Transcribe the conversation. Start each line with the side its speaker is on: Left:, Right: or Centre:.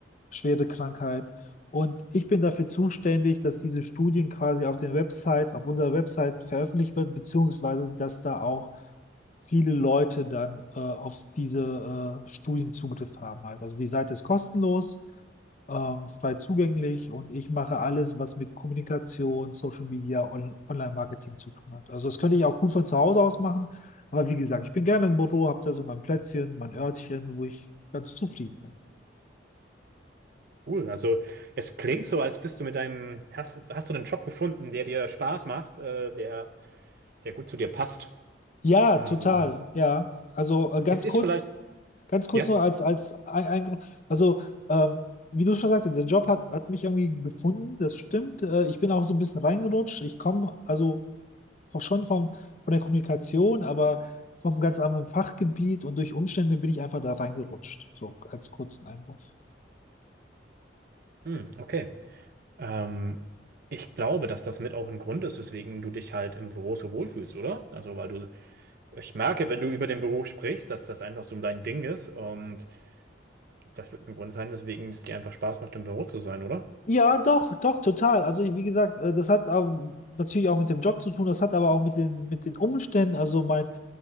Left: schwere Krankheit. Und ich bin dafür zuständig, dass diese Studien quasi auf den Websites, auf unserer Website veröffentlicht werden, beziehungsweise dass da auch viele Leute dann äh, auf diese äh, Studien Zugriff haben halt. Also die Seite ist kostenlos, ähm, frei zugänglich und ich mache alles, was mit Kommunikation, Social Media, On Online-Marketing zu tun hat. Also das könnte ich auch gut von zu Hause aus machen, aber wie gesagt, ich bin gerne im Büro, habe da so mein Plätzchen, mein Örtchen, wo ich ganz zufrieden bin.
Right: Cool. Also es klingt so, als bist du mit deinem, hast, hast du einen Job gefunden, der dir Spaß macht, äh, der, der gut zu dir passt.
Left: Ja,
Right: Ähm,
Left: total, ja. Also äh, ganz
Right: es ist
Left: kurz.
Right: vielleicht,
Left: ganz kurz
Right: ja?
Left: nur als, als ein, ein, also ähm, wie du schon sagtest, der Job hat, hat mich irgendwie gefunden, das stimmt. Äh, ich bin auch so ein bisschen reingerutscht. Ich komme also von- schon vom, von der Kommunikation, aber vom ganz anderen Fachgebiet und durch Umstände bin ich einfach da reingerutscht. So als kurzen Einwurf.
Right: Hm, okay. Ähm, ich glaube, dass das mit auch ein Grund ist, weswegen du dich halt im Büro so wohlfühlst, oder? Also weil du Ich merke, wenn du über den Beruf sprichst, dass das einfach so dein Ding ist. Und das wird ein Grund sein, weswegen es dir einfach Spaß macht, im Büro zu sein, oder?
Left: Ja, doch, doch, total. Also ich- wie gesagt, äh, das hat ähm, natürlich auch mit dem Job zu tun, das hat aber auch mit den, mit den Umständen, also mein,